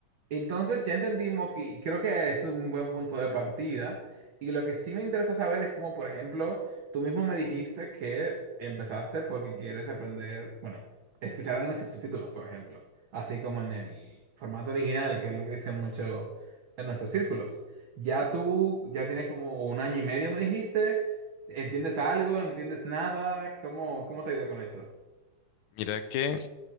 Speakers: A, on the right; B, on the left.
A: entonces ya entendimos que y creo que es un buen punto de partida. Y lo que sí me interesa saber es cómo, por ejemplo, tú mismo me dijiste que empezaste porque quieres aprender, bueno, escuchar animes sin subtítulos, por ejemplo. Así como en el formato original, que es lo que dicen mucho en nuestros círculos. Ya tú, ya tienes como un año y medio, me dijiste. ¿Entiendes algo? ¿No entiendes nada? ¿Cómo, cómo te ha ido con eso?
B: Mira que eh,